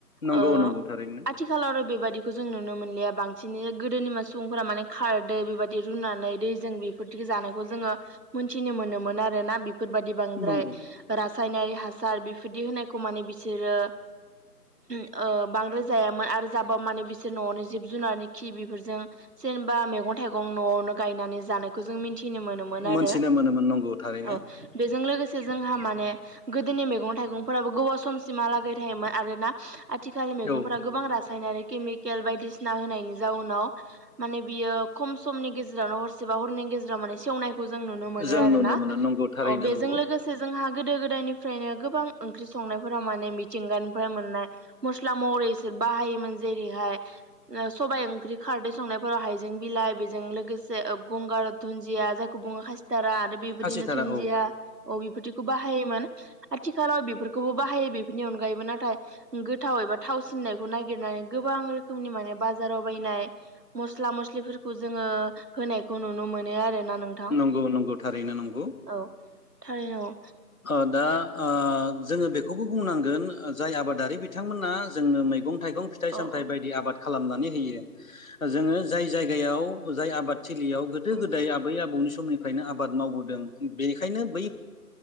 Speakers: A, on the left (about 60°); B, on the right (about 85°).
A: नंगौ
B: ओ
A: नंगौ थारैनो
B: आथिखालाव आरो बेबादिखौ जों नुनो मोनलिया बांसिनै गोदोनि माने सुबुंफोरा माने खारदै बेबायदि रुनानै दै जों बेफोरदिखौ जायो। थानायखौ जोङो मोनथिनो मोनोमोन आरो ना बेफोर बादि बांद्राय
A: नंगौ
B: रासायनारि हा सार बिफोरदि होनायखौ माने बिसोरो ओ बांद्राय जायामोन आरो जाबा माने बिसोर न'आवनि जिब जुनारनि खि बेफोरजों जेनेबा मेगं थाइगं न'आवनो गायनानै जानायखौ जों मिनथि थिनो मोनोमोन आरो
A: मोनथिनो मोनोमोन नंगौ थारैनो
B: औ बेजों लोगोसे से जोंहा माने गोदोनि मैगं थाइगंफोराबो गोबाव समसिमहालागै थायोमोन आरोना। थिखाल मैगंफोरा
A: औ
B: गोबां रासायनारिक केमिकेल बायदिसिना होनायनि जाउनाव माने बियो खम समनि गेजेरावनो हरसेबा हरनै गेजेराव‌ माने सेवनायखौ जों नुनो मोनो
A: जों
B: आरोना
A: नुनो मोनो नंगौ थारैनो
B: औ बेजों
A: नंगौ
B: लोगोसे जोंहा गोदो गोदायनिफ्रायनो गोबां ओंख्रि संनायफोराव माने मिथिंगानिफ्राय मोननाय मस्ला महरैसो बाहायोमोन जेरैहाय सबाय ओंख्रि खारदै संनायफोराव हाइजें बिला लाइ बेजों लोगोसे ओ गंगार दुनन्जिया जायखौ बुङो खा टारा आरो बेबायदिनो
A: खासिथारा
B: दुुनन्दिया
A: औ
B: औ बेफोरदिखौ बाहायोमोन। आथिखालाव बेफोरखौबो बाहायो बेफोरनि अनगायैबो नाथाय गोद थाव एबा थावसिननायखौ नागिरनानै गोबां रोखोमनि माने बाजाराव बायनाय मस्ला मस्लिफोरख जोङो होनायखौ नुनो मोनो आरोना। नोंथां
A: नंगौ नंगौ थारैनो नंगौ।
B: औ थारैनो औ।
A: ओ दा ओ जोङो बेखौबो बुंनांगोन जाय आबादारि बिथांमोना जोंनो मैगं थाइगं फिथाइ
B: औ औ
A: सामथाइ
B: औ
A: बायदि आबाद खालामनानै होयो जोङो जाय जायगायाव जाय आबाद थिलियाव गोदो
B: औ
A: गोदाय आबै आबौनि समनिफ्रायनो आबाद मावबोदों बेखायनो बै